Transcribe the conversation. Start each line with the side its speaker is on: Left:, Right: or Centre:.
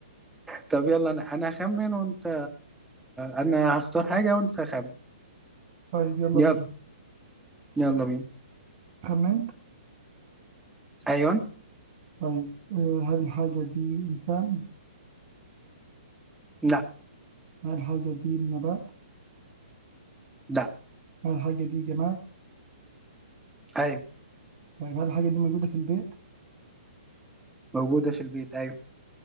Centre: طب يلا أنا أنا هخمن وأنت أنا هختار حاجة وأنت خمن
Right: طيب يلا
Centre: يلا
Right: بينا
Centre: يلا بينا
Right: خمنت
Centre: أيوة
Right: طيب آه، هل الحاجة دي إنسان؟
Centre: لا
Right: هل الحاجة دي نبات؟
Centre: لا
Right: هل الحاجة دي جماد؟
Centre: أيوة
Right: طيب هل الحاجة دي موجودة في البيت؟
Centre: موجودة في البيت أيوة